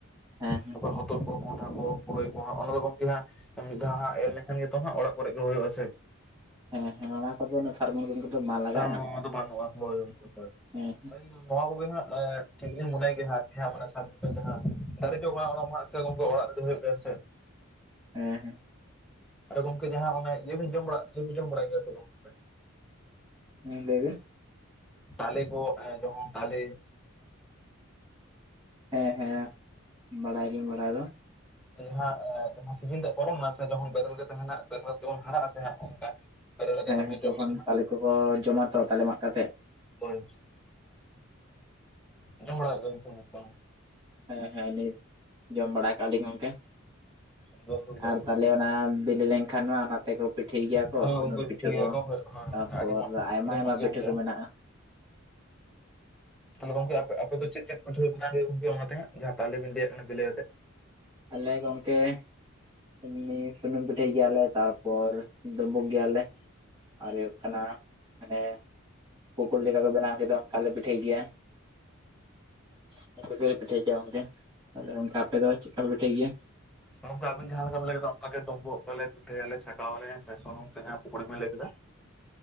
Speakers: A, on the right; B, in the centre.
A: ᱦᱮᱸ
B: ᱛᱟᱯᱚᱨ ᱦᱚᱛᱚᱫ᱾ ᱠᱚᱚᱱᱰᱷᱟ ᱠᱚ ᱯᱩᱨᱟᱹᱭ ᱠᱚ ᱦᱟᱸᱜ ᱚᱱᱟ ᱫᱚ ᱜᱚᱝᱠᱮ ᱦᱟᱸᱜ ᱢᱤᱫ ᱫᱷᱟᱣ ᱦᱟᱸᱜ ᱮᱨ ᱞᱮᱠᱷᱟᱱ ᱜᱮᱛᱚ ᱦᱟᱸᱜ ᱚᱲᱟᱜ ᱠᱚᱨᱮᱜ ᱜᱮ ᱦᱩᱭᱩᱜ-ᱟ ᱥᱮ᱾
A: ᱦᱮᱸ ᱦᱮᱸ ᱚᱱᱟ᱾ ᱠᱚᱫᱚ ᱥᱟᱨ-ᱢᱟᱨ ᱠᱚᱫᱚ ᱵᱟᱝ ᱞᱟᱜᱟᱜᱼᱟ
B: ᱥᱟᱨ ᱱᱚᱣᱟ ᱫᱚ ᱵᱟᱹᱱᱩᱜ-ᱟ ᱦᱳᱭ ᱩᱱᱠᱩ ᱫᱚᱧ,
A: ᱦᱮᱸ
B: ᱟᱹᱞᱤᱧ ᱫᱚ ᱱᱚᱣᱟ ᱠᱚᱜᱮ ᱦᱟᱸᱜ ᱞᱮ ᱴᱷᱤᱠ ᱞᱤᱧ ᱢᱚᱱᱮ ᱜᱮᱭᱟ ᱦᱟᱸᱜ ᱟᱨ ᱠᱤ <unintelligible> ᱫᱟᱨᱮ ᱡᱚᱜ ᱠᱟᱱᱟ ᱚᱱᱟ ᱢᱟ ᱥᱮ ᱜᱚᱝᱠᱮ ᱚᱲᱟᱜ ᱨᱮ ᱜᱮ ᱦᱩᱭᱩᱜ ᱜᱮᱭᱟ ᱥᱮ᱾
A: ᱦᱮᱸ ᱾
B: ᱟᱨ ᱜᱚᱝᱠᱮ ᱡᱟᱦᱟᱸ ᱚᱱᱮ ᱤᱭᱟᱹ ᱵᱮᱤᱱ ᱡᱚᱢ ᱵᱟᱲᱟ ᱤᱭᱟᱹ ᱵᱮᱤᱱ ᱡᱚᱢ ᱵᱟᱲᱟᱭ ᱜᱮᱭᱟ ᱥᱮ ᱜᱚᱝᱠᱮ᱾
A: ᱦᱮᱸ ᱞᱟᱹᱭ ᱵᱤᱱ᱾
B: ᱛᱟᱞᱮ ᱠᱚ ᱡᱮᱢᱚᱱ ᱛᱟᱞᱮ᱾
A: ᱦᱮᱸ ᱦᱮᱸ ᱵᱟᱲᱟᱭᱟᱞᱤᱧ ᱵᱟᱲᱟᱭ ᱫᱚ᱾
B: ᱡᱟᱦᱟᱸ ᱮ ᱡᱟᱦᱟᱸ ᱥᱤᱡᱤᱱ ᱛᱮ ᱯᱟᱨᱚᱢ ᱱᱟ ᱥᱮ ᱡᱚᱠᱷᱚᱱ ᱵᱮᱨᱮᱞ ᱜᱮ ᱛᱟᱦᱮᱸᱱᱟ ᱵᱮᱨᱮᱞ ᱛᱮᱢᱚᱱ ᱦᱟᱨᱟᱜ ᱟᱥᱮ ᱚᱱᱠᱟ᱾ ᱵᱮᱨᱮᱞ ᱠᱟᱛᱮ
A: ᱦᱮᱸ ᱦᱮᱸ ᱛᱚᱠᱷᱚᱱ
B: ᱡᱚᱢ ᱜᱮᱫᱚ ᱦᱟᱸᱜ
A: ᱛᱟᱞᱮ ᱠᱚ ᱠᱚ ᱡᱚᱢᱟ ᱛᱚ ᱛᱟᱞᱮ ᱢᱟᱜ ᱠᱟᱛᱮᱜ᱾
B: ᱦᱳᱭ ᱡᱚᱢ ᱵᱟᱲᱟ ᱠᱟᱜ ᱜᱮᱭᱟ ᱵᱤᱱ ᱥᱮ ᱵᱟᱝ?
A: ᱦᱮᱸ ᱦᱮᱸ ᱱᱤᱛ ᱡᱚᱢ ᱵᱟᱲᱟ ᱠᱟᱜ-ᱟ ᱞᱤᱧ ᱜᱚᱝᱠᱮ
B: ᱵᱮᱥ ᱜᱮ ᱵᱩᱡᱷᱟᱹᱜᱼᱟ
A: ᱟᱨ
B: ᱥᱮ
A: ᱛᱟᱦᱚᱸᱞᱮ ᱾ ᱚᱱᱟ ᱵᱤᱞᱤ ᱞᱮᱱᱠᱷᱟᱱ ᱢᱟ ᱚᱱᱟ᱾ ᱛᱮ ᱠᱚ ᱯᱤᱴᱷᱟᱹᱭ ᱜᱮᱭᱟ ᱠᱚ
B: ᱦᱳᱭ
A: ᱥᱩᱱᱩᱢ
B: ᱜᱚᱝᱠᱮ
A: ᱯᱤᱴᱷᱟᱹ
B: ᱜᱮᱭᱟ
A: ᱠᱚ
B: ᱦᱳᱭ ᱦᱳᱭ
A: ᱛᱟᱯᱚᱨ
B: ᱟᱹᱰᱤ ᱢᱚᱸᱡᱽ
A: ᱟᱭᱢᱟ
B: ᱟᱹᱰᱤ
A: ᱟᱭᱢᱟ
B: ᱢᱚᱸᱡᱽ ᱜᱮ
A: ᱯᱤᱴᱷᱟᱹ
B: ᱵᱩᱡᱷᱟᱹᱜᱼᱟ
A: ᱠᱚ ᱢᱮᱱᱟᱜ-ᱟ᱾
B: ᱛᱟᱦᱚᱸᱞᱮ ᱜᱚᱝᱠᱮ ᱟᱯᱮ ᱟᱯᱮ ᱫᱚ ᱪᱮᱫ ᱪᱮᱫ ᱯᱤᱴᱷᱳᱣᱟᱹ ᱵᱮᱱᱟᱣ ᱦᱩᱭᱩᱜ-ᱟ ᱜᱚᱝᱠᱮ ᱚᱱᱟᱛᱮ ᱦᱟᱸᱜ ᱡᱟᱦᱟᱸ ᱛᱟᱞᱮ ᱵᱤᱱ ᱞᱟᱹᱭᱟᱜ ᱠᱟᱱᱟ ᱵᱤᱞᱟᱹᱭ ᱟᱛᱮᱜ᱾
A: ᱟᱞᱮ ᱜᱚᱝᱠᱮ ᱮᱢᱱᱤ ᱥᱩᱱᱩᱢ ᱯᱤᱴᱷᱟᱹᱭ ᱜᱮᱭᱟᱞᱮ ᱛᱟᱨᱯᱚᱨ ᱰᱩᱵᱩᱜ ᱜᱮᱭᱟᱞᱮ, ᱟᱨ ᱦᱳᱭᱳᱜ ᱠᱟᱱᱟ ᱢᱟᱱᱮ ᱯᱚᱠᱩᱲᱤ ᱞᱮᱠᱟ ᱠᱚ ᱵᱮᱱᱟᱣ ᱜᱮᱫᱚ ᱚᱱᱠᱟᱞᱮ ᱯᱤᱴᱷᱟᱹᱭ ᱜᱮᱭᱟ᱾ ᱤᱱᱟᱹ ᱠᱚᱜᱮᱞᱮ ᱯᱤᱴᱷᱟᱹᱭ ᱜᱮᱭᱟ ᱜᱚᱝᱠᱮ, ᱛᱟᱦᱚᱸᱞᱮ ᱚᱱᱠᱟ ᱟᱯᱮ ᱫᱚ ᱪᱮᱫᱠᱟ ᱯᱤᱴᱷᱟᱹᱭ ᱜᱮᱭᱟ?
B: ᱱᱚᱝᱠᱟ ᱟᱹᱵᱤᱱ ᱡᱟᱦᱟᱸ ᱞᱮᱠᱟ ᱵᱤᱱ ᱞᱟᱹᱭ ᱠᱮᱫᱟ ᱚᱱᱠᱟ ᱜᱮ ᱰᱩᱸᱵᱳᱜ ᱟᱞᱮ ᱯᱤᱴᱷᱟᱹᱭᱟᱞᱮ ᱪᱷᱟᱠᱟᱣᱟᱞᱮ ᱦᱮᱸ ᱥᱮ ᱥᱩᱱᱩᱢ ᱛᱮ ᱡᱟᱦᱟᱸ ᱯᱩᱠᱲᱤ ᱵᱤᱱ ᱞᱟᱹᱭ ᱠᱮᱫᱟ᱾